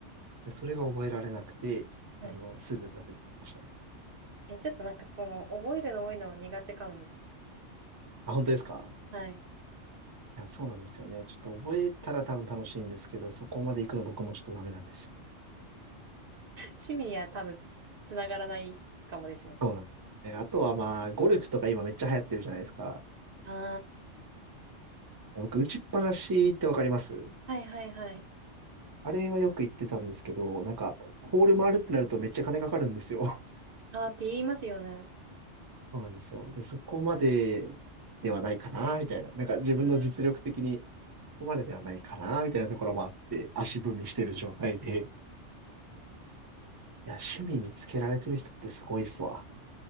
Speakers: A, on the right; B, on the right.
A: でそれが覚えられなくて、
B: はい。
A: あの、すぐ挫折しました。
B: え、ちょっとなんかその、覚えるの多いの苦手かもです。
A: あ、本当ですか
B: はい。
A: いや、そうなんですよね。ちょっと覚えたら多分楽しいんですけど、そこまで行くの僕もちょっとダメなんですよ。
B: 趣味には多分、つながらないかもですね。
A: そうなんですね。あとはまあ、ゴルフとか今めっちゃ流行ってるじゃないですか。
B: あ
A: 僕、打ちっぱなしってわかります
B: あ、はいはいはい。
A: あれはよく行ってたんですけど、なんか、ホール回るってなるとめっちゃ金かかるんですよ。<laughs>
B: ああって言いますよね。
A: そうなんですよ。で、そこまでではないかな、みたいな。なんか自分の実力的に
B: うん。
A: ここまでではないかな、みたいなところもあって、足踏みしてる状態で。いや、趣味見つけられてる人ってすごいっすわ。